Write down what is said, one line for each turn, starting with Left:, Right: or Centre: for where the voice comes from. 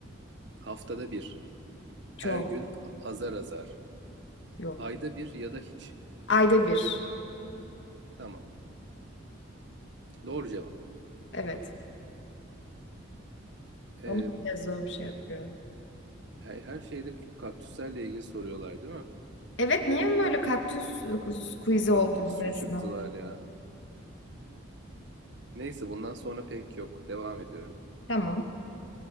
Right: Haftada bir.
Left: Çok
Right: Her gün azar azar.
Left: yok.
Right: Ayda bir ya da hiç.
Left: Ayda bir.
Right: Tamam. Doğru cevap.
Left: Evet. Onu
Right: Ee,
Left: bile zor şey yapıyor.
Right: her, her şeyde kaktüslerle ilgili soruyorlar değil mi?
Left: Evet niye böyle kaktüs e, quiz'i
Right: Kaktüsçü
Left: oldu burasına?
Right: çıktılar ya. Neyse bundan sonra pek yok. Devam ediyorum.
Left: Tamam.